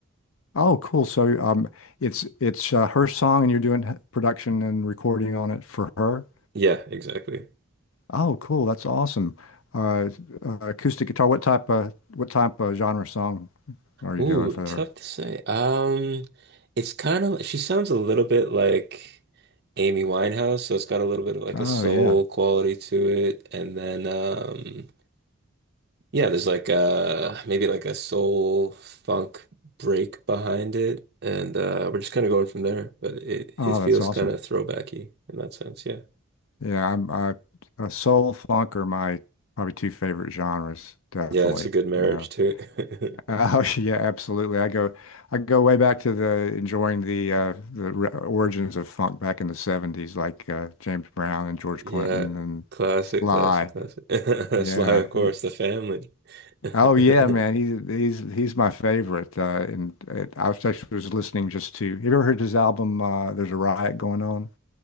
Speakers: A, on the left; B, on the right.
A: Oh, cool. So um it's it's uh, her song and you're doing h- production and recording on it for her.
B: Yeah, exactly.
A: Oh, cool. That's awesome. Uh, uh acoustic guitar. What type of what type of genre song are you
B: Ooh,
A: doing for
B: tough
A: her?
B: to say. Um, it's kind of she sounds a little bit like Amy Winehouse, so it's got a little bit of like
A: Oh,
B: a soul
A: yeah.
B: quality to it, and then um, yeah, there's like uh maybe like a soul funk break behind it, and uh, we're just kind of going from there. But it
A: Oh,
B: it feels
A: that's awesome.
B: kind of throwbacky in that sense, yeah.
A: Yeah, I'm I uh, soul funk are my probably two favorite genres, definitely.
B: Yeah, it's a good marriage
A: Yeah.
B: too. <laughs>
A: Oh <laughs> yeah, absolutely. I go, I go way back to the enjoying the uh, the re- origins of funk back in the '70s, like uh, James Brown and George
B: Yeah,
A: Clinton and
B: classic,
A: Sly.
B: classic, classic.
A: Yeah.
B: <laughs> Sly, of course,
A: he-
B: the family. <laughs>
A: oh yeah, man. He's he's he's my favorite. Uh, and uh, I was actually was listening just to. Have you ever heard his album? Uh, There's a riot going on.